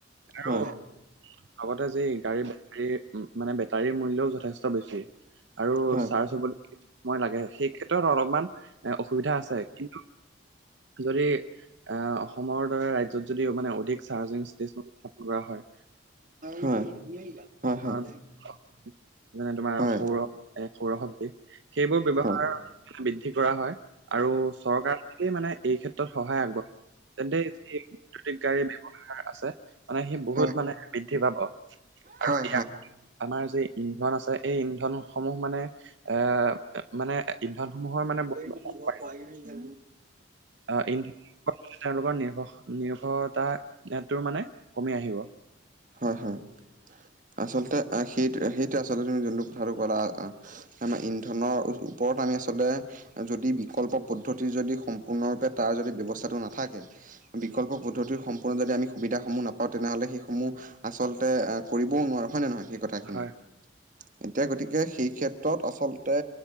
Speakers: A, on the right; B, on the right.
A: আৰু
B: হয়।
A: লগতে যি গাড়ীৰ বেটাৰী মানে বেটাৰীৰ মূল্যও যথেষ্ট বেছি। আৰু
B: হয়
A: চাৰ্জ হ'বলৈ সময় লাগে সেই ক্ষেত্ৰত অলপমান এ অসুবিধা আছে কিন্তু যদি আহ অসমৰ দৰে ৰাজ্যত যদি মানে অধিক চাৰ্জিং ষ্টেচন কৰা হয়।
B: হয় হয় হয়
A: কাৰ মানে তোমাৰ
B: হয়
A: সৌৰ
B: হয়
A: এ সৌৰ শক্তি সেইবোৰ ব্যৱহাৰ
B: হয় হয়
A: বৃদ্ধি কৰা হয়। আৰু চৰকাৰ খনেই মানে এই ক্ষেত্ৰত সহায় আগবঢ়াই। তেন্তে যি ইলেক্ট্ৰিক গাড়ী ব্যৱহাৰ আছে মানে সি বহুত
B: হয়
A: মানে বৃদ্ধি পাব। আৰু
B: হয়
A: এয়া আমাৰ যে ইন্ধন আছে এই ইন্ধন সমূহ মানে এ মানে ইন্ধন সমূহৰ মানে বচাব
B: <unintelligible>
A: পাৰে।
B: পাই ন অ।
A: আহ ইন্ধনৰ তেওঁলোকৰ নিৰ্ভ নিৰ্ভতাটো মানে। কমি আহিব অ
B: হয়, হয় আচলতে। সেইটোৱে সেইটো আচলতে তুমি যোনটো কথাটো ক'লা আমাৰ ইন্ধনৰ ওপৰত আমি আচলতে যদি বিকল্প পদ্ধতিৰ যদি সম্পূৰ্ণৰূপে তাৰ যদি ব্যৱস্থাটো নাথাকে
A: উম
B: বিকল্প পদ্ধতিৰ সম্পূৰ্ণ যদি আমি সুবিধাসমূহ নাপাওঁ তেনেহ'লে সেইসমূহ আচলতে কৰিবও নোৱাৰো। হয় নে নহয়? কথাখিনি,
A: হয়
B: এতিয়া গতিকে সেই ক্ষেত্ৰত আচলতে